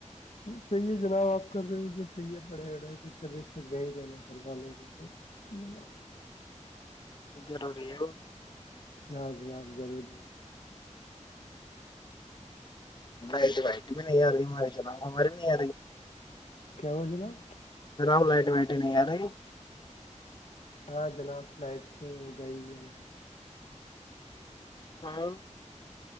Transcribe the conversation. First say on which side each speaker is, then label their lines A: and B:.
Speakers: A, on the left; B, on the left.
A: صحیح ہے جناب آپ کا تو جو صحی ہے پڑھائی وڑھائی تو چھبیس تک بھی ہی دینا گھر والوںوں کو ج
B: جضروری ہے
A: جاں ج ہاں ضروری ہے
B: ہٹ وٹ بھی ن م چماری بھی ن رہ
A: کیا ہوا جناب
B: جناؤ لائٹ وائٹ نہیں یارے
A: ہاں جناب فلائٹ تو ہو گئی ہے
B: ہاں